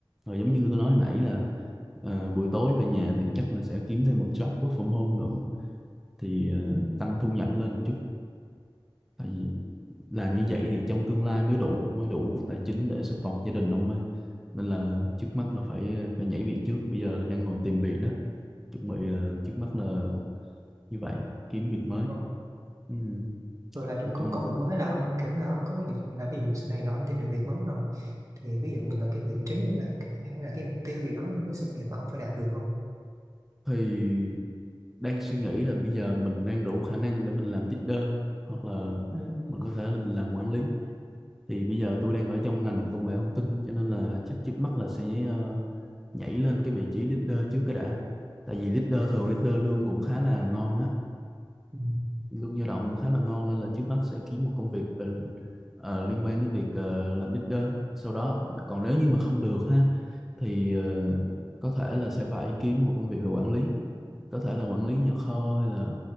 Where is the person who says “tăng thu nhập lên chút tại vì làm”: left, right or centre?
Centre